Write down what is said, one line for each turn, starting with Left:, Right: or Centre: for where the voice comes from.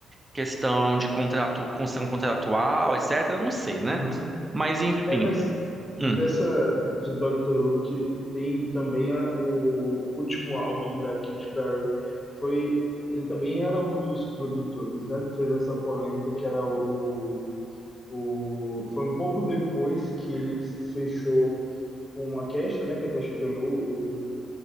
Right: Questão de contrato, questão contratual, etc. Não sei, né?
Left: Uhum.
Right: Mas enfim.
Left: É, mas dessa
Right: Hum,
Left: de Dr. Luke tem também a- o último álbum da Katy Perry. Foi, ele também era um dos produtores, né? Teve essa polêmica que era o, o, o- foi um pouco depois que ele fechou com a Kesha, né? Que a Kesha ganhou o- o-